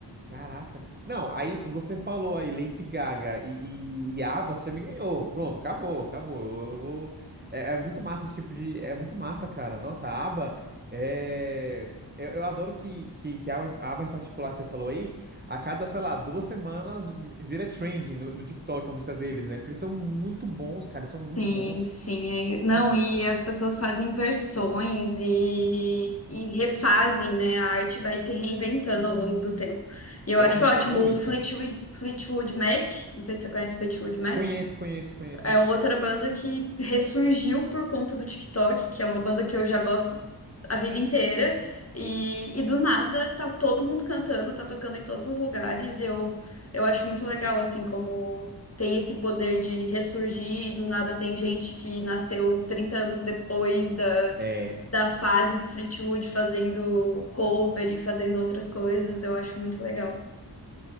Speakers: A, on the right (about 25°); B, on the left (about 35°).
A: Caraca. Não, aí você falou aí Lady Gaga e, e, e ABBA, você já me ganhou. Pronto, acabou, acabou. Eu, eu vou. É, é muito massa esse tipo de. É muito massa, cara. Nossa, a ABBA é. Eu, eu adoro que, que, que a ABBA, a ABBA em particular que você falou aí, a cada, sei lá, duas semanas vira trend no, no TikTok a música deles, né? Porque eles são muito bons, cara. Eles são muito
B: Sim,
A: bons.
B: sim. é- Não,
A: Nossa,
B: e as pessoas fazem versões e, e refazem, né? A arte vai se reinventando ao longo do tempo. E eu
A: eu,
B: acho
A: nossa,
B: ótimo.
A: eu adoro
B: O
A: isso.
B: Fleetwood, Fleetwood Mac, não sei se você conhece Fleetwood Mac.
A: Conheço, conheço, conheço.
B: É outra banda que ressurgiu por conta do TikTok, que é uma banda que eu já gosto a vida inteira. E, e do nada tá todo mundo cantando, tá tocando em todos os lugares. E eu, eu acho muito legal, assim, como tem esse poder de ressurgir. E do nada tem gente que nasceu 30 anos depois da,
A: É.
B: da fase do Fleetwood fazendo cover e fazendo outras coisas. Eu acho muito legal.